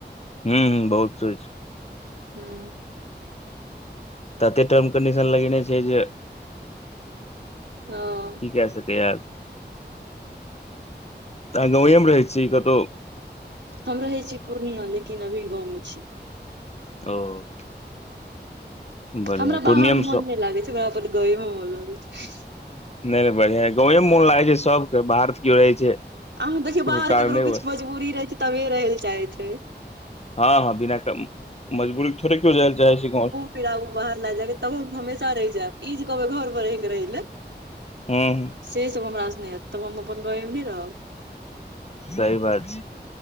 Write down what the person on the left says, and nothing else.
हूं-हूं बहुत सोच
तते टर्म कंडीशन लगैने छै जे
की कै सके यै त अहां गंवै में रहै छीयै की कतो
ओ। बढ़िया
पूर्णिया मे
सब
नै नै बढ़िया यै गाँवे मे मोन लागै छै सबके बाहर तै कियो जाए छै
कोनो
कारणे
बस
हां-हां बिना कै मजबूरी के थोड़े कियो जाइ लै चाहै छै गाँव।
हूं-हूं।
सही बात छै,